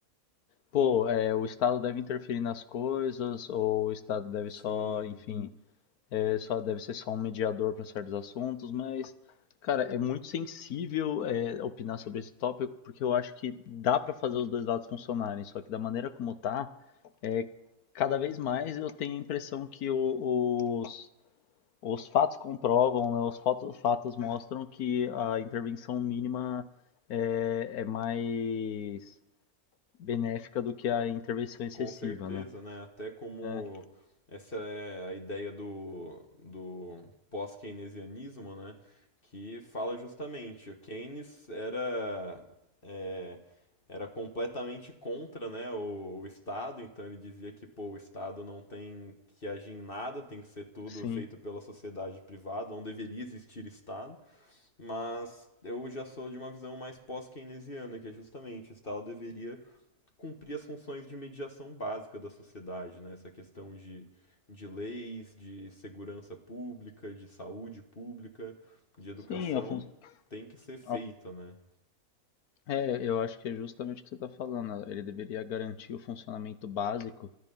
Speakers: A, on the left; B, on the left.
A: pô, é, o Estado deve interferir nas coisas, ou o Estado deve
B: sim,
A: só, enfim, é, só deve ser só um mediador para certos assuntos, mas, cara, é muito sensível é, opinar sobre esse tópico, porque eu acho que dá para fazer os dois lados funcionarem, só que da maneira como tá, é, cada vez mais eu tenho a impressão que o, os os fatos comprovam, né, os fatos, os fatos mostram que a intervenção mínima é, é mais benéfica do que a intervenção excessiva,
B: Com certeza,
A: né?
B: né? Até como
A: É,
B: essa é a ideia do, do pós-keynesianismo, né? Que fala justamente, o Keynes era, é, era completamente contra, né, o, o Estado, então ele dizia que, pô, o Estado não tem que agir em nada, tem que ser tudo
A: sim.
B: feito pela sociedade privada, não deveria existir Estado, mas eu já sou de uma visão mais pós-keynesiana, que é justamente o Estado deveria cumprir as funções de mediação básica da sociedade, né? Essa questão de, de leis, de segurança pública, de saúde pública, de educação,
A: Sim, a fun-
B: tem que ser feita,
A: a-
B: né?
A: é, eu acho que é justamente o que você está falando. Ele deveria garantir o funcionamento básico